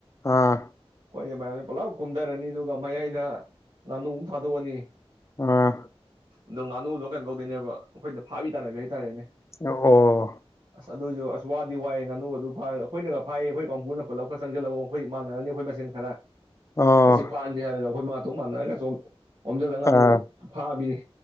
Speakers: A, on the left; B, on the right.
A: ꯑꯥ
B: <unintelligible> <unintelligible> ꯀꯨꯝꯊꯔꯅꯤ ꯑꯗꯨꯒ ꯃꯌꯥꯏꯗ ꯉꯥꯅꯨꯑꯝ ꯊꯥꯗꯣꯛꯑꯅꯤ
A: ꯑꯥ
B: ꯑꯗꯣ ꯉꯥꯅꯨꯗꯣ ꯀꯩꯅꯣ ꯇꯧꯗꯣꯏꯅꯦꯕ ꯑꯩꯈꯣꯏꯅ ꯐꯥꯕꯤ ꯇꯥꯟꯅꯕꯤ ꯍꯥꯏꯇꯥꯔꯦꯅꯦ
A: ꯑꯣ
B: ꯑꯗꯨꯁꯨ ꯋꯥꯗꯤ ꯋꯥꯏꯌꯦ ꯉꯥꯅꯨ ꯑꯗꯨ ꯐꯥ ꯑꯩꯈꯣꯏꯅꯒ ꯐꯥꯏꯌꯦ ꯑꯩꯈꯣꯏ ꯀꯥꯡꯕꯨꯅ ꯄꯨꯜꯂꯞꯒ ꯆꯪꯁꯤꯜꯂꯒ ꯑꯩꯈꯣꯏ ꯃꯥꯟꯅꯔꯅꯤ ꯑꯩꯈꯣꯏ ꯃꯁꯦꯟ ꯈꯔ
A: ꯑꯣ
B: ꯑꯁꯤ ꯐꯥꯍꯟꯁꯦ <unintelligible> ꯑꯈꯣꯏ <unintelligible> <unintelligible> ꯑꯣꯝꯖꯂ ꯉꯥꯅꯨ
A: ꯑꯥ
B: ꯐꯥꯕꯤꯅꯤ